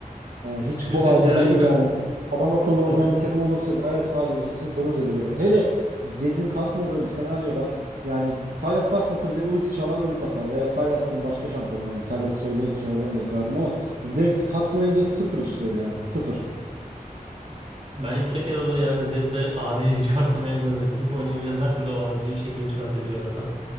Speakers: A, on the right; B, on the right.
A: Ha, hiç
B: Çünkü
A: kolay
B: herhangi
A: da değil yani.
B: bir
A: Adam akıllı oynayan
B: o
A: bir takım olursa gayet adilcisini korur Zed'e göre. Hele Zed'in kasmadığı bir senaryoda yani Sylas kasmasa bile ulti çalar ulti atar veya Sylas gibi başka şampiyonlar hani Sylas sorduğun için oradan örnek verdim ama Zed kasmayınca sıfır işlev ya sıfır.
B: ben yüksek elo'da yani Zed'le ADC <laughs> çıkartamayan görmedim. Çünkü oynayabilen her türlü o ADC'yi bir şekilde çıkartabiliyor